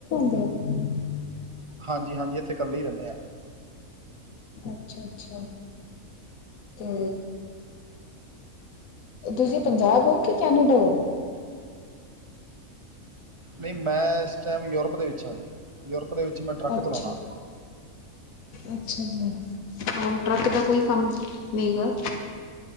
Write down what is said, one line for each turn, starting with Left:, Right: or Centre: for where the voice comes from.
Left: <inaudible>
Right: ਹਾਂਜੀ ਹਾਂਜੀ ਇੱਥੇ ਇਕੱਲੀ ਰਹਿੰਦੇ ਹਾਂ
Left: ਅੱਛਾ ਅੱਛਾ ਤੇ ਤੁਸੀਂ ਪੰਜਾਬ ਹੋ ਕਿ ਕੈਨੇਡਾ ਹੋ
Right: ਨਹੀਂ ਮੈਂ ਇਸ ਟਾਈਮ ਯੂਰਪ ਦੇ ਵਿੱਚ ਹਾਂ ਜੀ ਯੂਰਪ ਦੇ ਵਿੱਚ ਮੈਂ ਟਰੱਕ
Left: ਅੱਛਾ
Right: ਚਲਾਉਣਾ
Left: ਅੱਛਾ ਜੀ ਹੁਣ ਟਰੱਕ ਦਾ ਕੋਈ ਕੰਮ ਨਹੀਂ ਗਾ